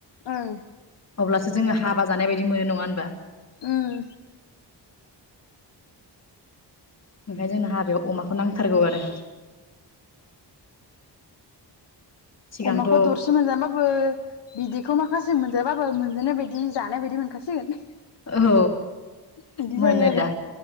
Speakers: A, on the left (about 75°); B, on the left (about 35°).
A: ओं
B: अब्लासो जोङो हाबा जानाय बायदि मोनो नङा होनबा?
A: उम
B: ओमफाय जोंनो हाबायाव अमाखौ नांथारगौ आरो। सिगांथ'
A: अमाखौ दरसे मोनजाबाबो बिदैखौ माखासे मोन जाबाबो मोनजानाय बायदि जानाय बायदि मोनखासिगोन।
B: औ
A: बिदि
B: मोनोदा।
A: जायो आरो